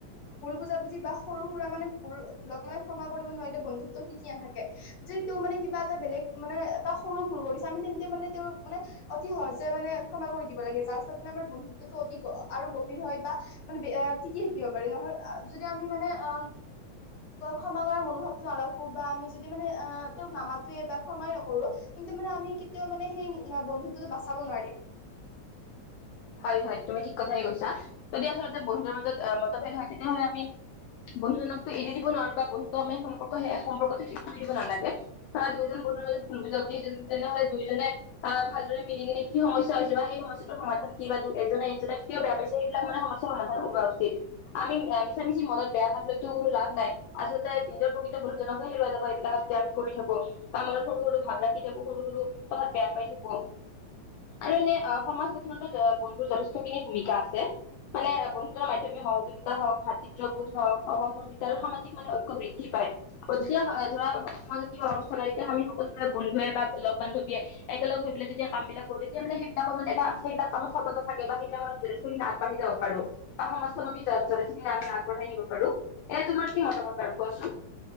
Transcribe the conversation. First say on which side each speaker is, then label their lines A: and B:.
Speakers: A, on the left (about 40°); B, on the left (about 70°).
A: ভুল বুজাবুজি বা সৰু সুৰা মানে ভুল-বোৰক মানে ক্ষমা কৰিব নোৱাৰিলে বন্ধুত্ব টিকি নাথাকে। যদি তেওঁ মানে কিবা এটা বেলেগ মানে এটা সৰু ভুল কৰিছে আমি তেন্তে মানে তেওঁৰ মানে অতি সহজে মানে ক্ষমা কৰি দিব লাগে যাৰ ফলত মানে আমাৰ বন্ধুত্বটো অতি আৰু গভীৰ হয় বা মানে বেয়া টিকি থাকিব পাৰি নহয় যদি আমি মানে অ ক্ষমা কৰ মনোভাৱ নাৰাখো বা আমি যদি মানে আহ তেওঁক নামাতোৱে বা ক্ষমায়ে নকৰো। কিন্তু মানে আমি কেতিয়াও মানে সেই বন্ধুত্ব টো বাচাব নোৱাৰিম।
B: হয়, হয় তুমি ঠিক কথাই কৈছা যদি আচলতে বন্ধুৰ মাজত মতভেদ হয় তেতিয়াহলে আমি বন্ধু নামতটো এৰি দিব নোৱাৰো বা বন্ধুটো আমি সম্পৰ্ক সম্পৰ্কতটো চি চি দিব নালাগে। হা দুয়োজন বন্ধু মাজত ভুল বুজা বুজি তেনেহলে দুইজনেই অ' ভালদৰে মিলি কিনে কি সমস্যা হৈছে বা সেই সমস্যাটো সমাধান কিবা এজনে এজনে কিয় বেয়াপাইছে এইবিলাক মানে সমস্যা সমাধান হোৱা উচিত। আমি মিছামিছি মনত বেয়া ভাবলৈতো লাভ নাই আচলতে নিজৰ প্ৰকৃত বন্ধুজনকহে হেৰুৱা যাব এইবিলাক <unintelligible> কৰি থাকো আমাৰ সৰু সৰু ভাব ৰাখি থাকো সৰু সৰু বেয়া পাই থাকোঁক <unintelligible> এনে সমাজ গঠনত বন্ধুৰ যথেষ্টখিনি ভুমিকা আছে। মানে বন্ধুত্ব মাধ্যমিক সহযোগিতা হওঁক ভাতৃত্ববোধ হওঁক সহযোগিতা আৰু সামাজিক মানে ঐক্য বৃদ্ধি পায়। যেতিয়া ধৰা সমাজত অনুষ্ঠান হয় তেতিয়া আমি সকলোে বন্ধুৱে বা লগ বান্ধৱীয়ে একেলগ হৈ পেলাই যেতিয়া কামবিলাক কৰো তেতিয়া মানে সেইবিলাক মানে <unintelligible> <unintelligible> সতন্ত থাকে বা সেই বিলাকত যথেষ্টখিনি আগবাঢ়ি যাব পাৰো। অ সমাজখন যথেষ্টখিনি আমি আগবঢ়াই নিব পাৰো এয়া তোমাৰ কি মতামত বাৰো কোৱাচোন?